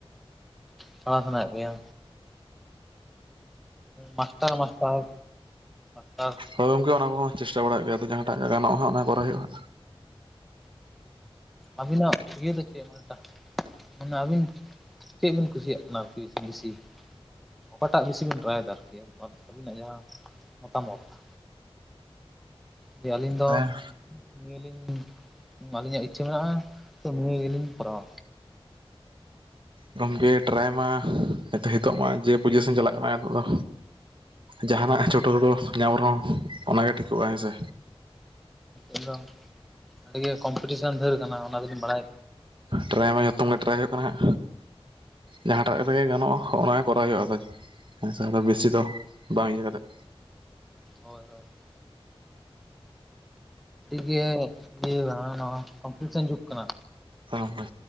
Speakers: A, in the centre; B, on the right.
A: ᱫᱟᱲᱟ ᱥᱟᱱᱟᱭᱮᱜ ᱢᱮᱭᱟ᱾ ᱢᱟᱥᱴᱟᱨ ᱢᱟᱥᱴᱟᱨ ᱫᱚ
B: ᱦᱳᱭ ᱜᱚᱝᱠᱮ ᱚᱱᱟ ᱠᱚᱦᱚᱸ ᱪᱮᱥᱴᱟ ᱵᱟᱲᱟ ᱭᱮᱜ ᱜᱮ ᱟᱫᱚ ᱡᱟᱦᱟᱸᱴᱟᱜ ᱜᱮ ᱜᱟᱱᱚᱜ-ᱟ ᱚᱱᱟ ᱠᱚᱨᱟ ᱦᱩᱭᱩᱜ-ᱟ᱾
A: ᱟᱹᱵᱤᱱᱟᱜ ᱤᱭᱟᱹ ᱫᱚ ᱪᱮᱫ <unintelligible> ᱢᱟᱱᱮ ᱟᱹᱵᱤᱱ ᱪᱮᱫ ᱵᱤᱱ ᱠᱩᱥᱤᱭᱟᱜ ᱠᱟᱱᱟ ᱟᱨᱠᱤ ᱵᱤᱥᱤ ᱚᱠᱟᱴᱟᱜ ᱵᱤᱥᱤ ᱵᱤᱱ ᱴᱨᱟᱭ ᱫᱟ ᱟᱨᱠᱤ <unintelligible> ᱡᱮ ᱟᱹᱞᱤᱧ ᱫᱚ
B: ᱦᱟᱸᱜ
A: <unintelligible> ᱟᱹᱞᱤᱧᱟᱜ ᱤᱪᱪᱷᱟᱹ ᱢᱮᱱᱟᱜ-ᱟ ᱛᱚ ᱱᱤᱭᱟᱹ ᱜᱮᱞᱤᱧ ᱠᱚᱨᱟᱣᱟ᱾
B: ᱜᱚᱝᱠᱮ
A: ᱦᱮᱸ
B: ᱴᱨᱟᱭ ᱢᱟ ᱱᱤᱛᱚ ᱦᱮᱛᱚᱜ ᱢᱟ ᱡᱮ ᱯᱚᱡᱤᱥᱮᱱ ᱪᱟᱞᱟᱜ ᱠᱟᱱᱟ ᱱᱤᱛᱚᱜ ᱫᱚ ᱡᱟᱦᱟᱱᱟᱜ ᱪᱷᱳᱴᱳ ᱜᱳᱴᱳ ᱧᱟᱢ ᱨᱮᱦᱚᱸ ᱚᱱᱟᱜᱮ ᱴᱷᱤᱠᱚᱜᱼᱟ ᱦᱮᱸᱥᱮ᱾
A: ᱟᱫᱚ ᱱᱤᱜᱮ ᱠᱚᱢᱯᱤᱴᱤᱥᱮᱱ ᱫᱷᱟᱹᱨ ᱠᱟᱱᱟ ᱚᱱᱟ ᱫᱚᱞᱤᱧ ᱵᱟᱲᱟᱭ
B: ᱴᱨᱟᱭ ᱢᱟ ᱡᱷᱚᱛᱚᱢ ᱜᱮ ᱴᱨᱟᱭ ᱦᱳᱭᱳᱜ ᱠᱟᱱᱟ ᱦᱟᱸᱜ᱾ ᱡᱟᱦᱟᱸᱴᱟᱜ ᱨᱮᱜᱮ ᱜᱟᱱᱚᱜ-ᱟ ᱚᱱᱟ ᱜᱮ ᱠᱚᱨᱟᱣ ᱦᱳᱭᱳᱜ-ᱟ ᱟᱫᱚ ᱦᱮᱸ ᱥᱮ ᱟᱫᱚ ᱵᱮᱥᱤ ᱫᱚ ᱵᱟᱝ ᱤᱭᱟᱹ ᱠᱟᱛᱮᱫ
A: <inaudible> ᱡᱮ ᱤᱭᱟᱹ ᱠᱟᱱᱟ ᱱᱚᱣᱟ ᱠᱚᱢᱯᱤᱴᱤᱥᱮᱱ ᱡᱩᱜᱽ ᱠᱟᱱᱟ᱾
B: ᱦᱮᱸ ᱜᱚᱝᱠᱮ᱾